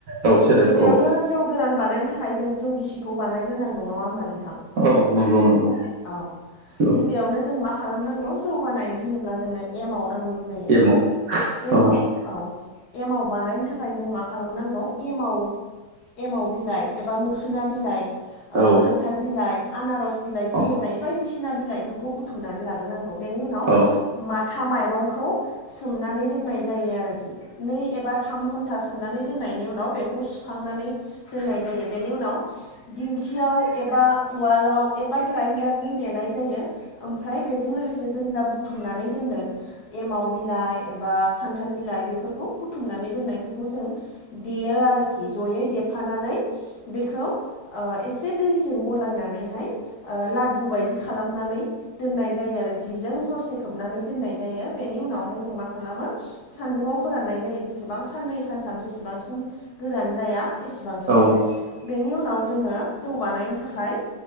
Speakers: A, on the right (about 60°); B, on the left (about 65°).
A: औ सेरेब
B: गिबियावनो
A: औ
B: जौ गोरान बानायनो थाखाय जों जौ गिसिखौ बानायग्रोनांगौ नङा होमबा नोंथां?
A: औ नंगौ नंगौ।
B: औ
A: औ
B: गिबियावनो जों मा खालामनांगौ जौ बानायनो होनोब्ला जोंनो एमाव नांगौ जायो
A: एमाव
B: एमाव
A: औ
B: औ एमाव बानायनो थाखाय जों मा खालामनांगौ एमाव एमाव बिलाइ एबा मोखोना बिलाइ ओ
A: औ
B: खान्थाल बिलाइ आनार'स बिलाइफोर
A: औ
B: होजायो बायदिसिना बिलाइफोरखौ बुथुमनानै लाग्रोनांगौ। बेनि उनाव
A: औ
B: माथा माइरंखौ सोमनानै दोननाय जायो आरोखि नै एबा थाम घन्टा सोमनानै दोननायनि उनाव बेखौ सुखांनानै दोननाय जायो बेनि उनाव दिंखियाव एबा उवालाव एबा ग्राइन्डारजों देनाय जायो ओमफ्राय बेजों लोगोसे जों जा बुथुमनानै दोनदों एमाव बिलाइ एबा खान्थाल बिलाइ बेफोरखौ बुथुमनानै दोननायफोरखौ जों देयो आरोखि जयै दे फानानै बेखौ ओ एसे दैजों गलायनानैहाय ओ लाददु बायदि खालामनानै दोननाय जायो आरो जिजों हरसे खोबनानै दोननाय जायो बेनि उनावहाय जों मा खालामो सानदुंआव फोराननाय जायो जेसेबां साननै सानथाम जेसेबांसिन गोरान जाया एसेबांसिम
A: औ
B: बेनि उनाव जोङो जौ बानायनो थाखाय